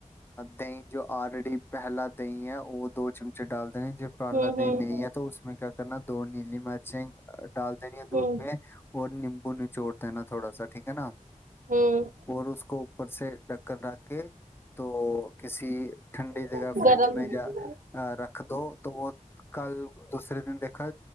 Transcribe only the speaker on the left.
دہی جو آلریڈی پہلا دہی ہے وہ دو چم چ ڈال جب پارلا
دین نہیں ہے تو اس میں کیا کرنا دون نیلی مرچیں ڈال دینی ہے دودھ
میں اور نیمبو نچوڑ ہےا تھوڑا سا ٹیک ہے نا
اور اس کو اپر سے ڈکر ر کے تو کسی ٹھنڈی جگہ
فریج
میں
جا
رکھ دو تو وہ کل دوسرے دن دیکھا